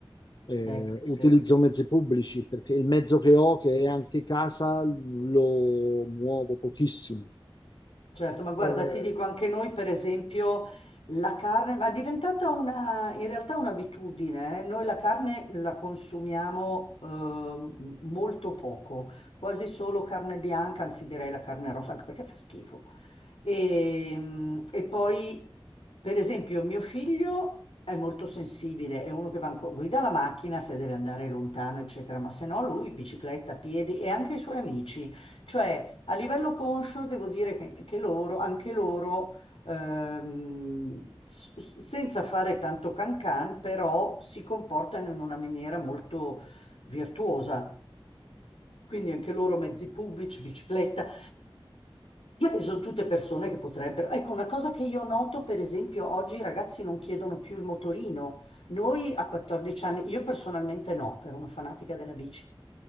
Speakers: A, on the left; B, on the left.
A: eh,
B: ecco, sì.
A: utilizzo mezzi pubblici perché il mezzo che ho, che è anche casa, lo muovo pochissimo.
B: Certo, ma guarda,
A: Eh,
B: ti dico anche noi, per esempio, la carne, ma è diventata una, in realtà un'abitudine, eh. Noi la carne la consumiamo ehm, molto poco, quasi solo carne bianca, anzi direi la carne rossa, anche perché fa schifo. E, e poi, per esempio, mio figlio è molto sensibile, è uno che va anco- guida la macchina se deve andare lontano, eccetera, ma se no lui bicicletta, piedi e anche i suoi amici. Cioè, a livello conscio devo dire che, che loro, anche loro, ehm, s- senza fare tanto cancan, però si comportano in una maniera molto virtuosa. Quindi anche loro mezzi pubblici, bicicletta, eh, sono tutte persone che potrebbero... Ecco, una cosa che io noto, per esempio, oggi i ragazzi non chiedono più il motorino. Noi a 14 anni, io personalmente no, ero una fanatica della bici.